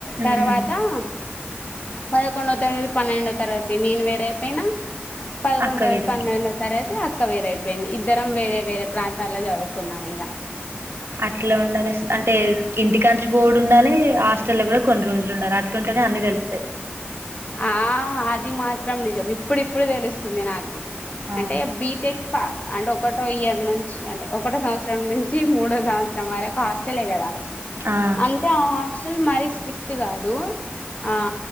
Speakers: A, on the right; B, on the left.
A: ఉమ్
B: తర్వాత హ <unintelligible> పదకొండవ తరగతి పన్నెండవ తరగతి నేను వేరే అయిపోయిన పదకొండవ
A: అక్క
B: తరగతి
A: వేరు
B: పన్నెండ అక్క వేరైపోయింది. ఇద్దరం వేరే వేరే ప్రాంతాల్లో చదువుకున్నాం ఇగ
A: అట్లుండాలి అంటే ఇంటికాంచి బొవుడుండాలే హాస్టల్ల కూడా కొన్ని రోజులు ఉండాలే అట్లుంటనే అన్ని తెలుత్తాయి.
B: ఆ అది మాత్రం నిజం ఇప్పుడిప్పుడు తెలుస్తుంది నాకు.
A: ఆ
B: అంటే బీటెక్ <unintelligible> అండ్ ఒకటో ఇయర్ నుంచి అంటే ఒకటో సంవత్సరం నుంచి మూడో సంవత్సరం వరకు హాస్టలే కదా
A: ఆ
B: అంటే హస్ట <unintelligible> మరీ స్ట్రిక్ట్ కాదు ఆ